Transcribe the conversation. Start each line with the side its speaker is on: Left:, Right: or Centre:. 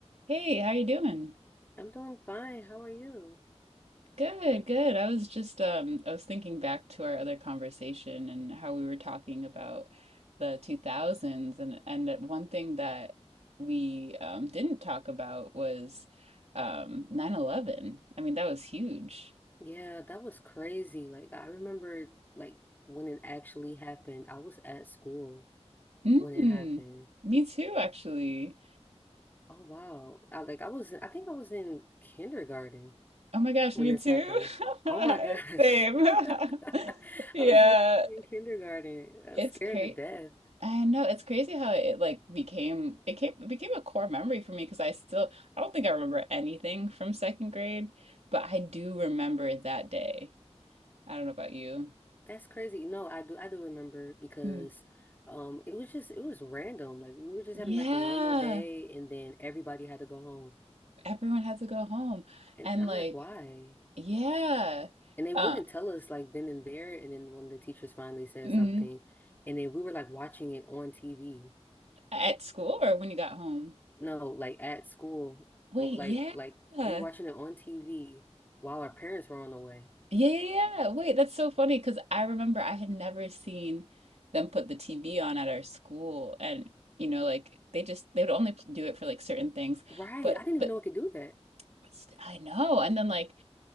Right: Hey, how you doing?
Left: I'm doing fine. How are you?
Right: Good, good. I was just um I was thinking back to our other conversation and how we were talking about the 2000s and and that one thing that we um didn't talk about was um nine eleven. I mean, that was huge.
Left: Yeah, that was crazy. Like I remember like when it actually happened. I was at school
Right: Mm,
Left: when it happened.
Right: me too, actually.
Left: Oh wow. I like I was I think I was in kindergarten
Right: Oh my gosh,
Left: when
Right: me
Left: this
Right: too.
Left: happened. Oh
Right: <laughs>
Left: my gosh.
Right: Same.
Left: <laughs> I
Right: <laughs> Yeah,
Left: was literally in kindergarten. I
Right: it's
Left: was scared
Right: crazy.
Left: to death.
Right: I know it's crazy how it like became it came it became a core memory for me because I still I don't think I remember anything from second grade, but I do remember that day. I don't know about you.
Left: That's crazy. No, I do I do remember because
Right: Mm.
Left: um it was just it was random. Like we were just having
Right: Yeah,
Left: like a normal day and then everybody had to go home.
Right: everyone had to go home,
Left: And
Right: and
Left: I'm
Right: like
Left: like, why?
Right: yeah,
Left: And they
Right: uh,
Left: wouldn't tell us like then and there. And then when the teachers finally said
Right: mm,
Left: something, and then we were like watching it on TV.
Right: at school or when you got home.
Left: No, like at school,
Right: Wait,
Left: o- like
Right: yeah,
Left: like we were watching it on TV while our parents were on the way.
Right: Yeah, yeah, yeah. Wait, that's so funny because I remember I had never seen them put the TV on at our school, and you know, like they just they would only p- do it for like certain things.
Left: Right.
Right: But
Left: I didn't
Right: but
Left: even know it could do that.
Right: but st- I know. And then like,